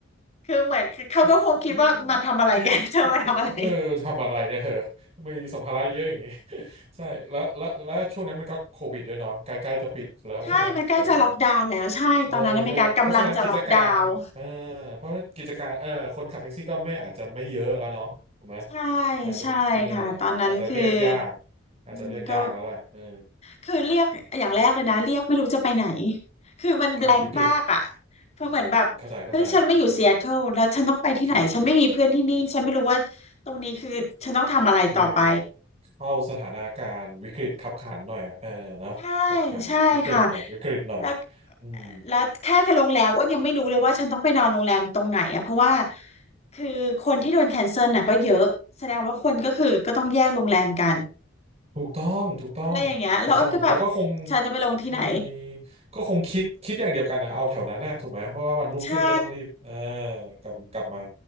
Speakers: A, on the left (about 30°); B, on the right (about 30°).
A: คือเหมือนเขาก็คงคิดว่ามาทำอะไรกัน
B: <laughs> คือคือเออทำอะไรเนี่ยเธอ
A: <laughs> เธอมาทำอะไร
B: มีสัมภาระเยอะอย่างงี้ <laughs> ใช่แล้วแล้วแล้วช่วงนั้นมันก็โควิดด้วยเนาะใกล้ๆจะปิดแล้วใช่ไหมหมายถึง
A: ใช่มันใกล้จะล็อกดาวน์แล้ว ใช่ตอนนั้นอเมริกากำลังจะล็อกดาวน์
B: เออก็เพราะฉะนั้นกิจการเออเพราะกิจการเออคนขับแท็กซี่ก็ไม่อาจจะไม่เยอะแล้วเนาะถูกไหม
A: ใช่
B: อาจจะเออ
A: ใช่ค่ะตอนนั้นคือ
B: อาจจะเรียกยากอาจจะเรียกยากแล้วแหละเออ
A: อืมก็คือเรียกอย่างแรกเลยนะเรียกไม่รู้จะไปไหนคือมันแบ
B: คือวิกฤต
A: a ง k มากอ่ะเพราะเหมือนแบบเฮ้ยฉันไม่อยู่ซีแอตเทิลแล้วฉันต้องไปที่ไหนฉันไม่มีเพื่อนที่นี่ฉันไม่รู้ว่าตรงนี้คือฉันต้องทำอะไรต่อไป
B: อืมอืมเข้าใจเข้าใจคือคือเข้าสถานการณ์วิกฤตคับขันหน่อยอ่ะเออเนาะคับขันวิกฤตหน่อยวิกฤตหน่อย
A: ใช่ใช่ค่ะ แล้ว
B: อืม
A: แล้วแค่กับโรงแรมอ้วนยังไม่รู้เลยว่าฉันต้องไปนอนโรงแรมตรงไหนอะเพราะว่าคือคนที่โดนแคนเซิลน่ะก็เยอะแสดงว่าคนก็คือก็ต้องแย่งโรงแรมกัน
B: ถูกต้องถูกต้องถูกต้องแล้วก็คง
A: อะไรอย่างเงี้ยแล้วอ้วนก็แบบฉันจะไปลงที่ไหน
B: มีก็คงคิดคิดอย่างเดียวกันนะเอาแถวนั้นนะถูกไหมเพราะว่าวันรุ่งขึ้นก็ต้องรีบเออ
A: <laughs> ใช่
B: กลับกลับมา